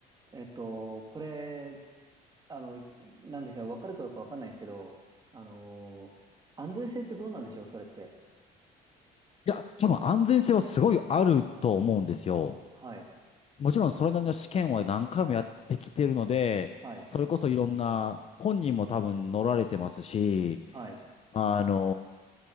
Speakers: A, on the right; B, on the left.
A: えっと、これ、あの、なんでしょうね、わかるかどうかわかんないんですけど、あのー安全性ってどうなんでしょう、それって。
B: いや、多分安全性はすごいあると思うんですよ。
A: はい、
B: もちろんそれなりの試験は何回もやってきてるので、
A: はい、
B: それこそいろんな、本人も多分乗られてますし、
A: はい、
B: あの